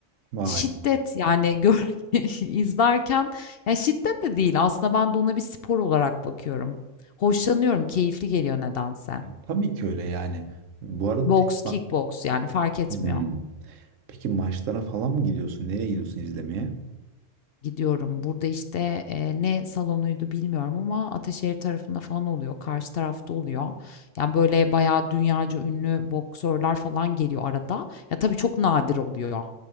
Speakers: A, on the right (about 85°); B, on the left (about 60°).
A: Vay.
B: Şiddet, yani, gör <laughs> izlerken ya, şiddet de değil aslında ben de ona bir spor olarak bakıyorum. Hoşlanıyorum, keyifli geliyor nedense.
A: Tabii ki öyle yani. Bu arada
B: Boks,
A: tek
B: kickboks, yani, fark etmiyor.
A: Hmm. Peki maçlara falan mı gidiyorsun? Nereye gidiyorsun izlemeye?
B: Gidiyorum. Burada, işte, eee, ne salonuydu bilmiyorum ama Ataşehir tarafında falan oluyor, karşı tarafta oluyor. Yani, böyle, bayağı dünyaca ünlü boksörler falan geliyor arada. Ya, tabii çok nadir oluyor,